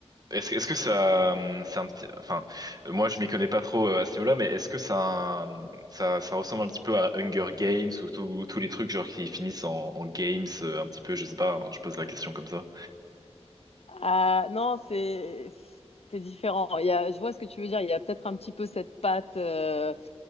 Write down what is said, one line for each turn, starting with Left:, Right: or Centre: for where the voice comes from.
Right: Est-ce, est-ce que ça, euh, c'est un petit, enfin, euh, moi je m'y connais pas trop euh, à ce niveau-là, mais est-ce que ça, euh, ça, ça ressemble un petit peu à Hunger Games ou tous tous les trucs genre qui finissent en, en games euh, un petit peu, je sais pas, hein, je pose la question comme ça.
Left: Ah, non, c'est... C'est différent. Il y a, je vois ce que tu veux dire. Il y a peut-être un petit peu cette patte. euh,